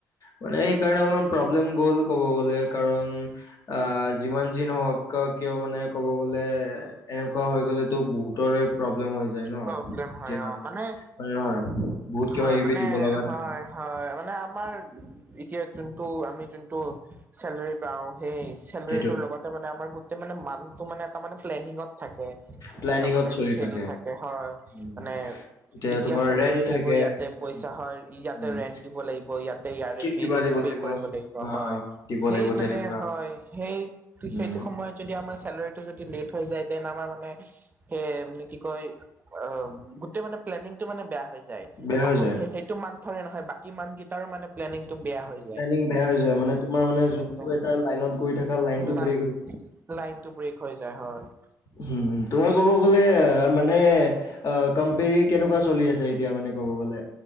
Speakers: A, on the left; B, on the right.
A: মানে সেইকাৰণে অলপমান প্ৰব্লেম গ'ল ক'ব গ'লে, কাৰণ - অ, যিমান যি নহওক কিয় মানে ক'ব গলে- এনেকুৱা হৈ গলেতো বহুতৰে প্ৰব্লেম হৈ যায় ন,
B: প্ৰব্লেম
A: এতিয়া
B: হয় অ' মানে
A: - হয় হয়, বহুত
B: হয়
A: কিবা কিবি
B: মানে
A: দিব লগা
B: হয়
A: থাকে।
B: হয়, মানে আমাৰ এতিয়া যোনটো আমি যোনটো - চেলাৰী পাওঁ, সেই চেলৰীটোৰ
A: সেইটোয়ে
B: লগত - তা মানে আমাৰ গোটেই মানে মানুহটো মানে তা মানে প্লেনিঙত থাকে
A: প্লেনিঙত
B: এটা মানে
A: চলি
B: হেৰি থাকে - হয়,
A: উম,
B: মানে এতিয়া
A: তোমাৰ
B: চেলৰি
A: ৰেন্ট
B: আহিব
A: থাকে
B: ইয়াতে
A: উম,
B: পইচা হয় এইয়াত - ইতে
A: উম,
B: ৰেন্ট দিব লাগিব ইয়াতে ইয়াৰে
A: কি
B: বিলচ
A: কিবা দিব
B: পে কৰিব
A: অ
B: লাগিব হয়,
A: দিব
B: সেই
A: লাগিব
B: মানে
A: তেনেকুৱা
B: হয়। সেই
A: উম,
B: সেইটো সময় - সেই সময়ত যদি আমাৰ চেলাৰীটো যদি লেট হৈ যায় দেন আমাৰ মানে সে কি কয় - অ গোটেই মানে প্লেনিংটো মানে বেয়া হৈ যায়,
A: বেয়া
B: অকল
A: হৈ যায়
B: সে সেই - তো মান্থৰে নহয়, বাকী মান্থ কেইটাৰো মানে প্লেনিং টো বেয়া হৈ -
A: প্লেনিং বেয়া হৈ যায়, মানে তোমাৰ মানে যোনটো
B: বেয়া
A: এটা লাইনত গৈ থাকা লাইনটো
B: লাইন
A: ব্ৰেক হৈ যায়।
B: লাইনটো ব্ৰেক হৈ যায় হয়।
A: হুম, তোমাৰ ক'ব গ'লে মানে অ কোম্পেনী কেনেকুৱা চলি আছে? এতিয়া মানে ক'ব গ'লে,